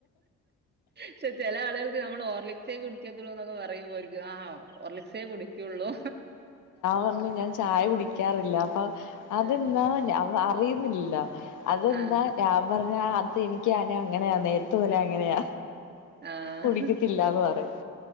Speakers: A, on the right; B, on the left.
A: ക്ഷെ ചില ആളുകൾ നമ്മൾ ഓർലിക്സേക്ക് കുടിക്കത്തുള്ളൂ എന്നൊക്കെ പറയുമ്പോ ഓര്ക് ആഹോ ഒർലിക്സെ കുടിക്കോള്ളൂ
B: പറഞ്ഞ് ഞാൻ ചായ കുടിക്കാറില്ല അപ്പ അതെന്താ
A: ആഹ്
B: അ അറിയുന്നില്ല. അതെന്താ
A: ആഹ്
B: ഞാൻ പറഞ്ഞ അത് എനിക്ക്ന അങ്ങനെയാ നേരത്തെ പോലെ അങ്ങനെയാ
A: ആഹ്
B: കുടിക്കത്തില്ലാന്ന് പറയും